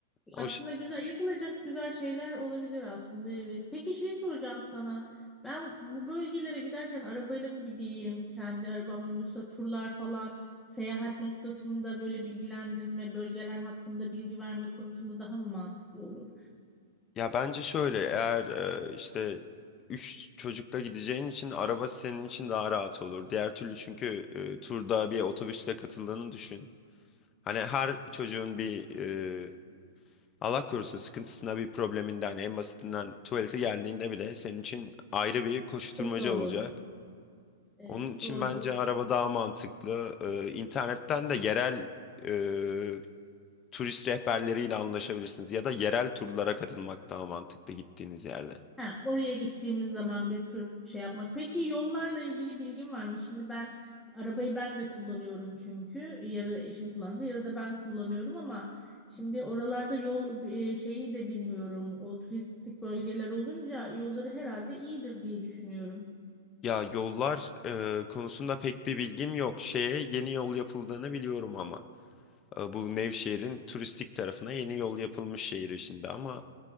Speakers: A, in the centre; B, on the left.
A: aslında
B: O,
A: güzel yapılacak güzel şeyler olabilir aslında evet. Peki şeyi soracağım sana. Ben bu bölgelere giderken arabayla mı gideyim, kendi arabamla mı yoksa turlar falan seyahat noktasında böyle bilgilendirme, bölgeler hakkında bilgi verme konusunda daha mı mantıklı olur?
B: Ya bence şöyle eğer e, işte üç çocukla gideceğin için araba senin için daha rahat olur. Diğer türlü çünkü e, turda bir otobüsle katıldığını düşün. Hani her çocuğun bir e, Allah korusun sıkıntısına bir probleminden en basitinden tuvalete geldiğinde bile senin için ayrı bir koşturmaca
A: Sıkıntı olur.
B: olacak.
A: Evet,
B: Onun için
A: doğru.
B: bence araba daha mantıklı. E, internetten de yerel e, turist rehberleriyle anlaşabilirsiniz ya da yerel turlara katılmak daha mantıklı gittiğiniz yerde.
A: Ha, oraya gittiğimiz zaman bir tür şey yapmak. Peki yollarla ilgili bilgin var mı? Şimdi ben arabayı ben de kullanıyorum çünkü. Yarı eşim kullansa yarı da ben kullanıyorum ama şimdi oralarda yol e, şeyi de bilmiyorum. O turistik bölgeler olunca yolları herhalde iyidir diye düşünüyorum.
B: Ya yollar e, konusunda pek bir bilgim yok. Şeye yeni yol yapıldığını biliyorum ama E, bu Nevşehir'in turistik tarafına yeni yol yapılmış şehir içinde ama